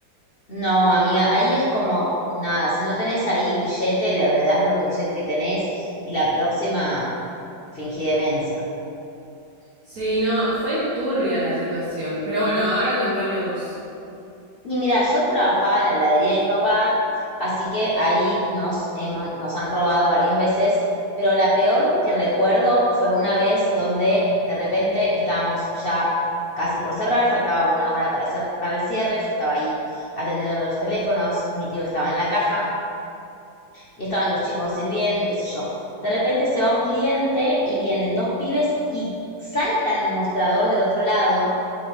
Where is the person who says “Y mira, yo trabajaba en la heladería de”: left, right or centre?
Left